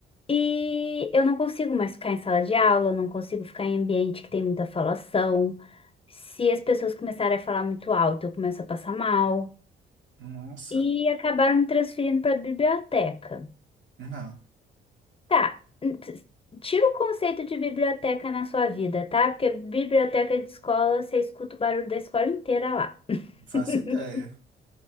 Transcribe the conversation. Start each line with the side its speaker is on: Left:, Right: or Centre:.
Left: E eu não consigo mais ficar em sala de aula, eu não consigo ficar em ambiente que tem muita falação. Se as pessoas começarem a falar muito alto, eu começo a passar mal.
Right: Nossa.
Left: E acabaram me transferindo para a biblioteca.
Right: Não,
Left: Tá. Tira o conceito de biblioteca na sua vida, tá? Porque biblioteca de escola, você escuta o barulho da escola inteira lá. <laughs>
Right: não faço ideia.